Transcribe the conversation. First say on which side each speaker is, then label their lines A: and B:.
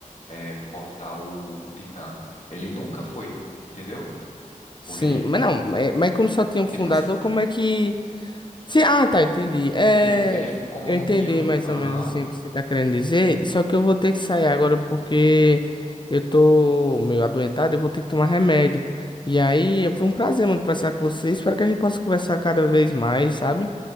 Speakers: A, on the left; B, on the left.
A: é, portar o, o Titã. Ele nunca foi, entendeu?
B: Sim,
A: O rei.
B: mas não, mas mas como só tinha um fundador,
A: Tipo assim,
B: como é que. Se, ah, tá, entendi. É,
A: ele, ele como
B: eu
A: um
B: entendi
A: tinha.
B: mais
A: Aham.
B: ou menos assim o que você tá querendo dizer, só que eu vou ter que sair agora porque eu tô meio adoentado, eu vou ter que tomar remédio. E aí, foi um prazer, mano, conversar com você. Espero que a gente possa conversar cada vez mais, sabe?